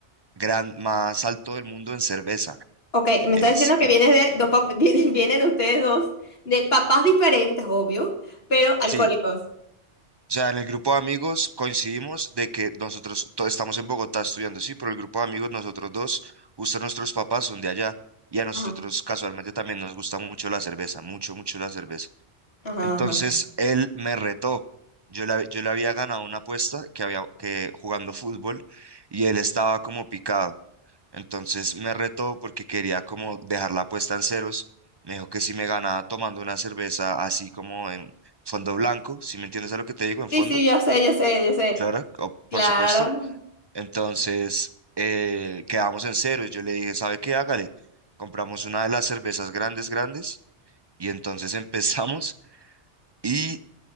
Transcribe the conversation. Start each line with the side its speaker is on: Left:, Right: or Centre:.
Right: gran, más alto del mundo en cerveza.
Left: Ok, me está
Right: Es,
Left: diciendo que
Right: in-
Left: vienes de dos pap- <laughs> vienen, vienen ustedes dos de papás diferentes, obvio, pero alcohólicos.
Right: sí, O sea, en el grupo de amigos coincidimos de que nosotros todos estamos en Bogotá estudiando, sí, pero el grupo de amigos, nosotros dos, justo nuestros papás son de allá y a nosotros
Left: Ajá,
Right: casualmente también nos gusta mucho la cerveza, mucho, mucho la cerveza.
Left: ajá,
Right: Entonces
Left: ajá.
Right: él me retó. Yo le, hab- yo le había ganado una apuesta que había que jugando fútbol y él estaba como picado. Entonces me retó porque quería como dejar la apuesta en ceros. Me dijo que si me ganaba tomando una cerveza así como en fondo blanco, si me entiendes a lo que te digo, en
Left: Sí,
Right: fondos,
Left: sí, yo sé, yo sé, yo sé.
Right: claro, o-
Left: Claro.
Right: por supuesto. Entonces eh, quedamos en ceros. Yo le dije, ¿sabe qué? Hágale. Compramos una de las cervezas grandes, grandes y entonces <laughs> empezamos. Y